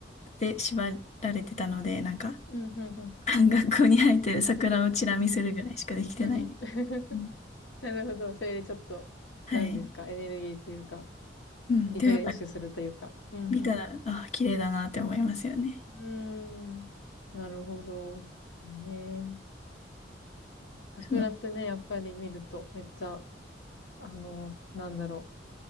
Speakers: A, on the left (about 40°); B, on the left (about 80°).
A: で縛られてたので、なんか、
B: うんうんうん。
A: <laughs> 学校に生えてる桜をチラ見するぐらいしかできてないです。
B: うんうんうんうん。<laughs>
A: うん
B: なるほど。それでちょっと、
A: はい。
B: 何ですか、エネルギーというか、
A: うん。
B: リフレッシュするというか。
A: でもやっぱ
B: うん
A: 見たら、あ、綺麗だなって思いますよね。
B: うん。うーん。なるほど。はいね。桜ってね、
A: その、
B: やっぱり見ると、めっちゃ、あの、なんだろ